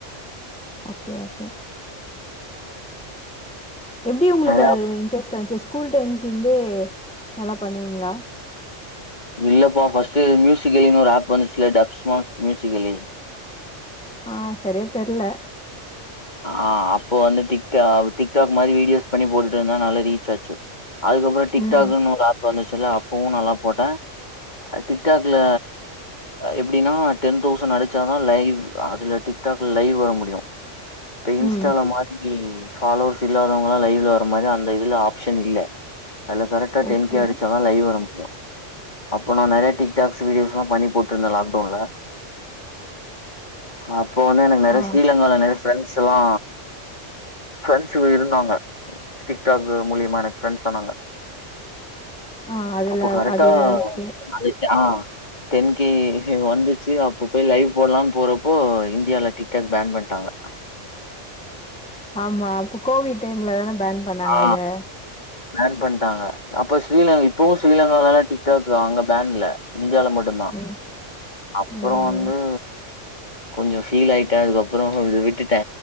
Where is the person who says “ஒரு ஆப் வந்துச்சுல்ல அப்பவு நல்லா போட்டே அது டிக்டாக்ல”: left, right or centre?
Left